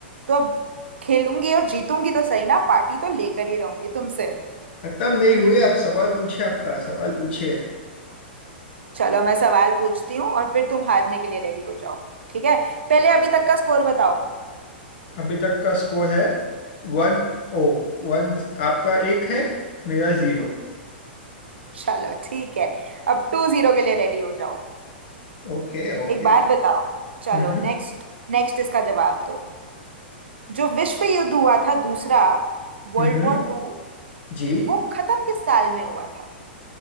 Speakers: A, on the right; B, on the left.
A: तो अब खेलूंगी और जीतूंगी तो सही ना पार्टी तो लेकर ही रहूंगी तुमसे
B: खत्म नहीं हुए आप सवाल पूछिए आपका सवाल पूछिए
A: चलो मैं सवाल पूछती हूँ और फिर तुम हारने के लिए रेडी हो जाओ ठीक है पहले अभी तक का स्कोर बताओ
B: अभी तक का स्कोर है वन ओ वन आपका एक है मेरा जीरो
A: चलो ठीक है अब टू जीरो के लिए रेडी हो जाओ
B: Okay okay
A: एक बात बताओ चलो
B: हम्म
A: नेक्स्ट नेक्स्ट इसका जवाब दो जो विश्व युद्ध हुआ था दूसरा वर्ल्ड
B: हम्म हम्म।
A: वॉर टू
B: जी
A: वो खत्म किस साल में हुआ था